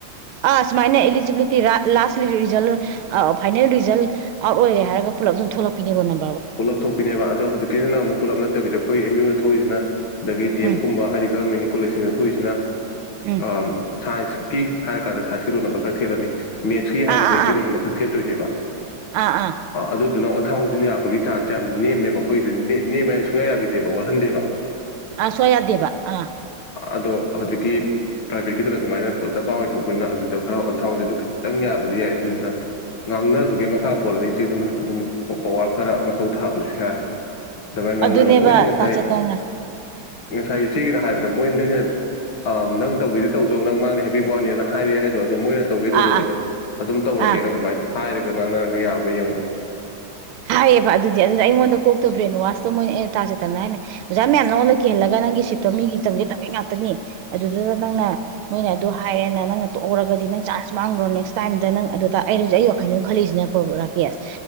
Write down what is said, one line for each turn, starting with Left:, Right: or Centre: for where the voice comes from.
Right: ꯑꯥ ꯁꯨꯃꯥꯏꯅ ꯑꯦꯂꯤꯖꯤꯕꯤꯂꯤꯇꯤ ꯔ ꯂꯥꯁ ꯔꯤꯖꯜ ꯑ ꯐꯥꯏꯅꯦꯜ ꯔꯤꯖꯜ ꯑꯥꯎꯠ ꯑꯣꯏꯔꯦ ꯍꯥꯏꯔꯒ ꯄꯨꯂꯞ ꯑꯗꯨꯝ ꯊꯣꯛꯂꯛꯄꯤꯅꯦꯕ ꯅꯝ
Left: ꯄꯨꯂꯞ ꯊꯣꯛꯄꯤꯅꯦꯕ ꯑꯗꯣ ꯍꯧꯖꯤꯛꯀꯤꯁꯤꯅ ꯑꯃꯨꯛ ꯄꯨꯂꯞ ꯅꯠꯇꯕꯤꯗ ꯑꯩꯈꯣꯏ ꯑꯦꯝ ꯌꯨꯅ ꯊꯣꯛꯏꯁꯤꯅ ꯗꯒꯤ ꯗꯤ
Right: ꯎꯝ
Left: ꯑꯦꯝ ꯀꯨꯝꯕ ꯍꯔꯤꯛ ꯒꯔꯃꯦꯟꯒꯤ ꯀꯣꯂꯦꯖꯁꯤꯡꯗ ꯊꯣꯛꯏꯁꯤꯅ
Right: ꯎꯝ
Left: ꯑ ꯁꯥꯏꯟꯁ ꯀꯤ ꯍꯥꯏꯔ ꯀꯥꯟꯗ ꯁꯥꯟꯁꯒꯤ ꯔꯣꯟ ꯅꯝꯕ꯭ꯔ ꯈꯔ ꯊꯦꯠꯂꯅꯤ ꯃꯦꯠꯁꯀꯤ ꯍꯥꯏꯔꯒ
Right: ꯑꯥ ꯑꯥ
Left: ꯃꯦꯠꯁꯀꯤ
Right: ꯑꯥ
Left: ꯔꯣꯟ ꯅꯝꯕꯔ ꯀꯛꯈꯤ ꯇꯨꯏꯅꯦꯕ
Right: ꯑꯥ ꯑꯥ
Left: ꯑ ꯑꯗꯨꯗꯨꯅ ꯈꯡꯎꯗꯅ ꯌꯥꯄꯒꯤ ꯆꯥꯟꯁꯦ ꯌꯥꯝ ꯅꯦꯝꯃꯦꯕ ꯑꯩꯈꯣꯏꯒꯤꯗꯤ ꯅꯦ ꯅꯦꯝꯃꯦ ꯁꯨꯡꯌꯥ ꯌꯥꯈꯤꯗꯦꯕ ꯋꯥꯠꯍꯟꯗꯦꯕ
Right: ꯑ ꯁꯣꯌꯥ ꯌꯥꯗꯦꯕ ꯑꯥ
Left: ꯑꯗꯣ ꯍꯧꯖꯤꯛꯀꯤ ꯄ꯭ꯔꯥꯏꯚꯦꯠꯀꯤꯗꯨꯅ ꯑꯗꯨꯃꯥꯏꯅ ꯆꯄ ꯑꯣꯏꯅ ꯊꯣꯛꯄꯅꯤꯅ ꯑꯗꯨꯗ ꯈꯔ ꯑꯣꯟꯊꯥꯡ ꯑꯣꯟꯁꯤꯟꯗꯣ ꯈꯤꯇꯪ ꯌꯥꯕꯗꯤ ꯌꯥꯏ ꯑꯗꯨꯗꯨꯅ ꯉꯥꯡꯅꯕꯒꯤ ꯃꯈꯥ ꯄꯣꯜꯂꯅꯤ ꯏꯆꯦꯗꯨꯃ ꯑꯗꯨꯝ ꯄ ꯄꯋꯥꯔ ꯈꯔ ꯃ ꯐꯧ ꯊꯥꯕꯁꯨ ꯌꯥꯔꯦ ꯑꯗꯨꯃꯥꯏꯅ ꯉꯥꯡꯅꯔꯣ
Right: ꯑꯗꯨꯅꯦꯕ
Left: ꯃꯣꯏꯅ ꯉꯁꯥꯏ
Right: ꯇꯥꯆꯦꯇꯟꯅ
Left: ꯉꯁꯥꯏ ꯁꯤꯒꯤꯅ ꯍꯥꯏꯕ ꯑꯗ ꯃꯣꯏ ꯅꯣꯏꯅ ꯑ ꯅꯪ ꯇꯧꯒꯦꯗꯤ ꯇꯧꯖꯧ ꯅꯪ ꯃꯥꯥꯡꯅꯦ ꯍꯥꯏꯕꯤꯕ ꯋꯥꯅꯦꯅ ꯍꯥꯏꯔ ꯍꯥꯏꯗꯣ ꯑꯗꯨ ꯃꯣꯏꯅ ꯇꯧꯒꯦ ꯇꯧꯗ
Right: ꯑꯥ
Left: ꯃꯣꯏꯗꯣ
Right: ꯑꯥ
Left: ꯑꯗꯨꯝ ꯇꯧꯔꯒꯦꯅ
Right: ꯑꯥ
Left: ꯑꯗꯨꯃꯥꯏꯅ ꯍꯥꯏꯔꯒ ꯉꯥꯡꯅꯔꯒ ꯌꯥꯕ꯭ꯔꯥ ꯌꯦꯡꯉꯨ
Right: ꯍꯥꯏꯌꯦꯕ ꯑꯗꯨ ꯑꯗꯨꯗ ꯑꯩꯉꯣꯟꯗ ꯀꯣꯛꯇꯣ ꯕ꯭ꯔꯦꯟ ꯋꯥꯁꯇꯣ ꯃꯣꯏꯅ ꯑꯩꯅ ꯇꯥꯛꯆꯦꯠꯇꯟꯅ ꯍꯥꯏꯅ ꯑꯣꯖꯥ ꯃꯌꯥꯝ ꯅꯉꯣꯟꯗ ꯀꯤꯍꯜꯂꯒ ꯅꯪꯒꯤ ꯁꯤꯠꯇꯣ ꯃꯤꯒꯤ ꯇꯝꯒꯦ ꯇꯝꯒꯦ ꯉꯥꯛꯇꯅꯤ ꯑꯗꯨꯗꯨꯗ ꯅꯪꯅ ꯃꯤꯅ ꯑꯗꯨ ꯍꯥꯏꯔꯦꯅ ꯅꯪꯅ ꯇꯣꯛꯍꯧꯔꯒꯗꯤ ꯅꯪ ꯆꯥꯟꯁ ꯃꯥꯡꯈ꯭ꯔꯣ ꯅꯦꯛꯁ ꯇꯥꯏꯝꯗ ꯅꯪ ꯑꯗꯨꯗ ꯑꯩꯩꯅꯁꯨ ꯑꯩ ꯋꯥꯈꯜ ꯑꯃ ꯈꯜꯂꯤꯁꯤꯅꯀꯣ ꯔꯥꯀꯦꯁ